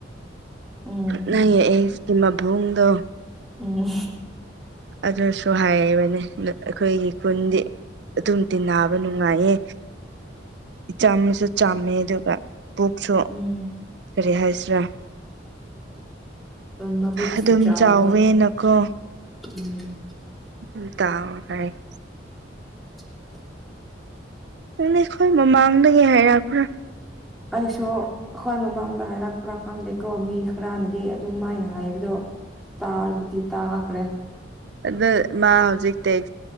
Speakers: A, in the centre; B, on the right.
A: ꯎꯝ
B: ꯅꯪꯒꯤ ꯑꯦꯛꯁꯀꯤ ꯃꯕꯨꯡꯗꯣ
A: ꯎꯝ
B: ꯑꯗꯨꯁꯨ ꯍꯥꯏꯕꯅꯦ ꯑꯩꯈꯣꯏꯒꯤ ꯈꯨꯟꯗꯤ ꯑꯗꯨꯝ ꯇꯤꯅꯥꯕ ꯅꯨꯡꯉꯥꯏꯌꯦ ꯏꯆꯝꯁꯨ ꯆꯥꯝꯃꯦ ꯑꯗꯨꯒ ꯄꯨꯛꯁꯨ
A: ꯎꯝ
B: ꯀꯔꯤ ꯍꯥꯏꯁꯤꯔꯥ
A: ꯃꯕꯨꯛꯁꯨ
B: ꯑꯗꯨꯝ
A: ꯆꯥꯎꯋꯦ
B: ꯆꯥꯎꯋꯦꯅꯀꯣ
A: ꯎꯝ
B: ꯍ ꯇꯥꯎ ꯔꯒ ꯍ
A: <inaudible>
B: ꯅꯪꯗꯤ ꯑꯩꯈꯣꯏ ꯃꯃꯥꯡꯗꯒꯤ ꯍꯥꯏꯔꯛꯄ꯭ꯔꯥ
A: ꯑꯩꯁꯨ ꯑꯩꯈꯣꯏ ꯃꯃꯥꯡꯗ ꯍꯥꯏꯔꯛꯄ꯭ꯔꯥ ꯈꯪꯗꯦꯀꯣ ꯃꯤ ꯈꯔꯅꯗꯤ ꯑꯗꯨꯝ ꯃꯥꯏꯅ ꯍꯥꯏꯕꯗꯣ ꯇꯥꯕꯨꯗꯤ ꯇꯥꯈ꯭ꯔꯦ
B: ꯑꯗ ꯃꯥ ꯍꯧꯖꯤꯛ ꯇꯦꯛ